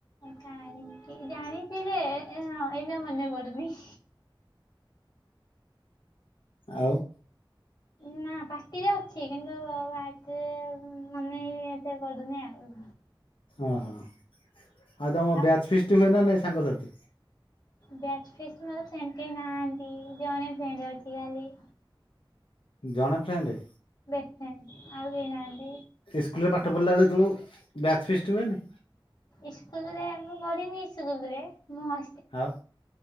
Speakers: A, on the left; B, on the left.
A: କାହିଁକି ଜାଣିଛି ଯେ ଏଇନେ ମନେ ପଡୁନି।
B: ଆଉ।
A: ନା। ପାଟି ରେ ଅଛି କିନ୍ତୁ ବାକ ମନେ ଏତେ ପଡୁନି ଆଉ।
B: ଓହୋ ଆଉ ତମ
A: ଆଉ
B: ବ୍ୟାଚ୍ ଫିସଟି ହୁଏ ନା ନାଇଁ ସାଙ୍ଗସାଥି।
A: ବ୍ୟାଚ ଫିସଟି ପାଇଁ କେଇ ଫ୍ରେଣ୍ଡ ନାହାନ୍ତି ଜଣେ ଫ୍ରେଣ୍ଡ ଅଛି ଖାଲି।
B: ଜଣେ ଫ୍ରେଣ୍ଡ।
A: ବେଶ ଫ୍ରେଣ୍ଡ ଆଉକେଇ ନାହାନ୍ତି।
B: ସ୍କୁଲ ରେ ପାଠ ପଢିଲା ବେଳେ ଯେତେବେଳେ ବ୍ୟାଚ୍ ଫିଷ୍ଟ ହୁଏନି।
A: ଇସ୍କୁଲ ରେ ମୁଁ ପଢିନି ସ୍କୁଲରେ ମୁଁ ହ
B: ହଉ